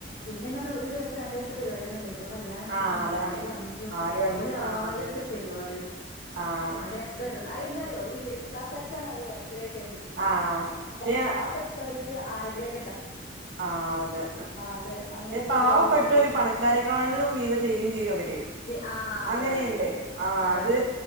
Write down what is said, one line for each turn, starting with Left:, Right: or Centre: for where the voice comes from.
Left: പിന്നെന്ന് പറഞ്ഞാ ഒരു ദിവസ്ത്തെ രണ്ടുസ്ത്തെ പരിപാടിയൊന്നല്ലല്ലോ കല്യാണം ന്നൊക്കെ
Right: ആഹ്
Left: പറഞ്ഞാ
Right: അതാണ്
Left: നാലും അഞ്ചും
Right: നാലും അഞ്ച്
Left: ഒരാഴ്ച
Right: ആഹ് അതെ അതെ
Left: പരിപാടിയാ
Right: ആഹ്
Left: <unintelligible> അത് എന്താറിയോഈ മിഡിൽ ക്ലാസ്സാർക്കാണ് അത് ഭയങ്കരായി ട്ട് എഫക്ട് ചെയ്യാ
Right: ആഹ് പക്ഷെ
Left: പാവപ്പെട്ടോർക്ക് ആരെങ്ങിലും
Right: ആ അതെ
Left: അത് അങ്ങനെയൊക്കെ
Right: പാവപ്പെട്ടവർ
Left: ഒരുപാട് കാര്യങ്ങൾ
Right: പണക്കാരേക്കാളിലും മീതെ ചെയ്യും ചെയ്യും അവര്
Left: ച്ച് ആ
Right: അങ്ങനെയുണ്ട്
Left: അതാണ് അതാണ്
Right: ആഹ്
Left: അതാണ്
Right: അത്